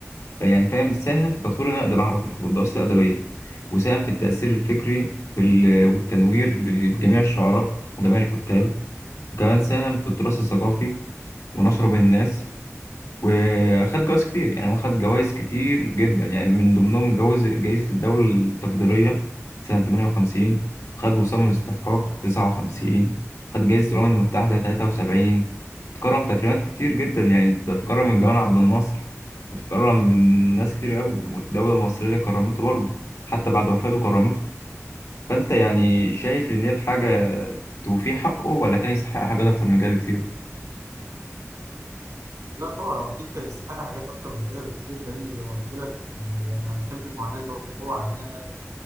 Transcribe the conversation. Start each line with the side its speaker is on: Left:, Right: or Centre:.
Left: فيعني فاهم ساهم في تطوير النقد العربي والدراسات الأدبية وساهم في التأثير الفكري في ال- والتنوير لجميع الشعراء وجميع الكتاب وكمان ساهم في التراث الثقافي ونشره بين الناس وخد جوائز كتير يعني هو خد جوائز كتير جدا يعني من ضمنهم جوائز جائزة الدولة التقديرية سنة 58 خد وسام الاستحقاق 59 خد جائزة الأمم المتحدة 73 اتكرم تكريمات كتير جدا يعني ده اتكرم من جمال عبد الناصر واتكرم من ناس كتير قوي والدولة المصرية كرمته برضه حتى بعد وفاته كرمته فأنت يعني شايف إن ديت حاجة توفيه حقه ولا كان يستحق حاجات أكتر من كده بكتير
Right: لا طبعا هو أكيد كان يستحق حاجات أكتر من كده بكتير لأن زي ما قلت لك يعني على كم المعاناة اللي هو عاناها